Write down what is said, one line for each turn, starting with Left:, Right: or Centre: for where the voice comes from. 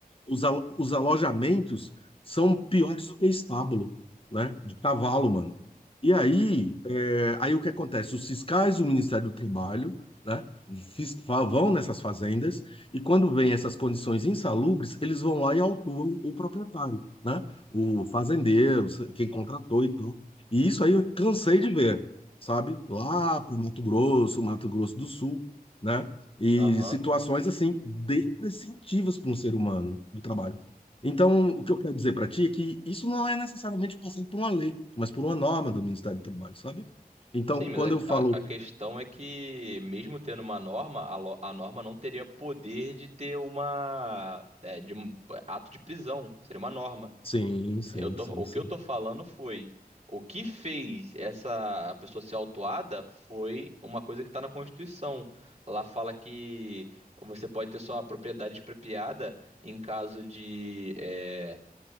Left: os, alo- os alojamentos são piores do que estábulo, né? De cavalo, mano. E aí, é, aí o que acontece? Os fiscais do Ministério do Trabalho, né? fis- fa- Vão nessas fazendas e quando vêm essas condições insalubres, eles vão lá e autuam o proprietário, né? O fazendeiro, quem contratou e tudo. E isso aí eu cansei de ver, sabe? Lá pro Mato Grosso, Mato Grosso do Sul, né? e
Right: aham.
Left: situações assim depreciativas para um ser humano de trabalho. Então, o que eu quero dizer para ti é que isso não é necessariamente passando por uma lei, mas por uma norma do Ministério do Trabalho, sabe? Então,
Right: Sim, mas
Left: quando eu falo
Right: a, a- a questão é que, mesmo tendo uma norma, a, lo- a norma não teria poder de ter uma, é, de um ato de prisão. Seria uma norma.
Left: sim, sim,
Right: Eu tô,
Left: sim,
Right: o
Left: sim,
Right: que eu tô falando foi, o que fez essa pessoa ser autuada foi uma coisa que tá na Constituição. Lá fala que você pode ter sua propriedade expropriada em caso de é,